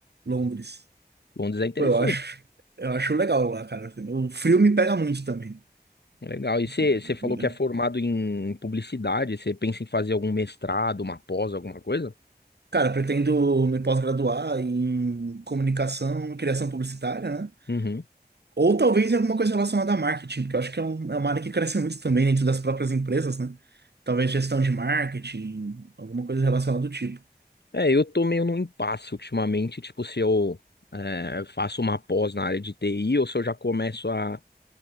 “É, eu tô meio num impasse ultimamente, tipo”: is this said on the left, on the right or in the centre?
Left